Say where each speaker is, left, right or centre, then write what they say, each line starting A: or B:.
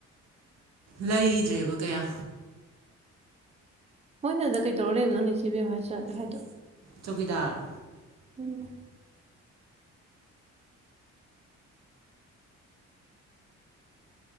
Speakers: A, on the right; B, on the right.
A: ꯂꯩꯗ꯭ꯔꯦꯕ ꯀꯌꯥ
B: ꯃꯣꯏꯅ ꯑꯗꯨꯗ ꯀꯩꯗꯧꯔ ꯂꯩꯕꯅꯣ ꯏꯆꯦꯕꯦꯝ ꯍꯥꯏꯍꯥꯏꯗꯣ?
A: ꯆꯧꯀꯤꯗꯥꯔ꯫
B: ꯎꯝ꯫